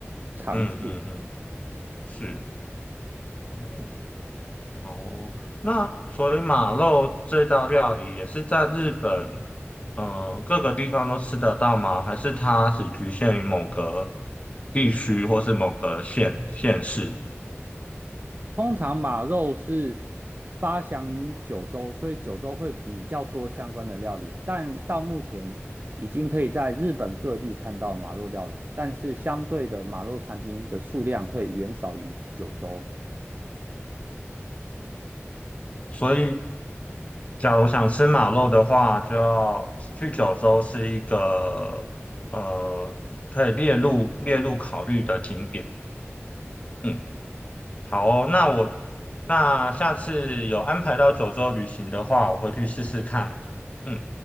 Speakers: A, on the right; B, on the left.
A: 尝试。
B: 嗯嗯嗯，是。嗯，哦，那所以马肉这道料理也是在日本，呃，各个地方都吃得到吗？还是它只局限于某个地区或是某个县县市？
A: 通常马肉是发祥于九州，所以九州会比较多相关的料理，但到目前已经可以在日本各地看到马肉料理，但是相对的马肉餐厅的数量会远少于九州。
B: 所以，假如想吃马肉的话，就要去九州是一个呃可以列入列入考虑的景点。嗯，好哦，那我那下次有安排到九州旅行的话，我会去试试看。嗯。